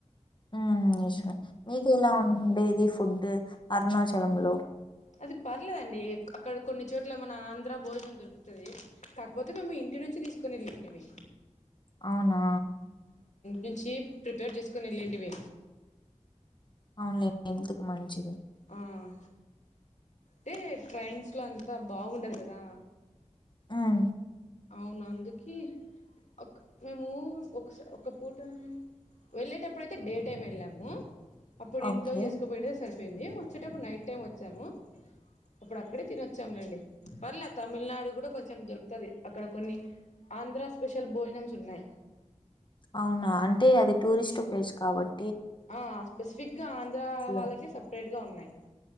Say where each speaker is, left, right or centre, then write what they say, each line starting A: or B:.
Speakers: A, on the left (about 40°); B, on the left (about 75°).
A: ఉమ్ హ్మ్ నిజమే మీకు ఎలా ఉండేది ఫుడ్ అరుణాచలం లో?
B: అది పర్లేదండి క అక్కడ కొన్ని చోట్ల మన ఆంధ్ర భోజనం దొరుకుతది, కాకపోతే మేము ఇన్ ఇంటి నుంచి తీసుకొని ఏళ్ళుంటిమి
A: అవునా
B: నుంచి ప్రిపేర్ జేసుకుని ఎల్లింటిమి
A: అవున్లె హెల్త్ కు మంచిది
B: ఉమ్ టే ట్రైన్స్ లో అంతా బావుండదు గదా
A: ఉమ్
B: అవునందుకే ఒక్ మేము ఒకస ఒక పూట వెళ్ళేటప్పుడయితే డే టైమ్ వెళ్ళాము, అప్పుడు
A: ఓకే
B: ఇంట్లో చేసుకోపోయినయి సరిపేయింది వచ్చేటప్పుడు నైట్ టైం ఒచ్చాము అప్పుడక్కడే తినొచ్చాములేండి పర్లే తమిళనాడు గుడ కొంచెం దొరుకుతది అక్కడ కొన్ని ఆంధ్రా స్పెషల్ భోజనమ్స్ ఉన్నాయి
A: అవునా అంటే అది టూరిస్ట్ ప్లేస్ కాబట్
B: ఆ స్పెసిఫిక్ గా ఆంధ్ర వాళ్ళకే
A: లో
B: సపరేట్ గా ఉన్నాయి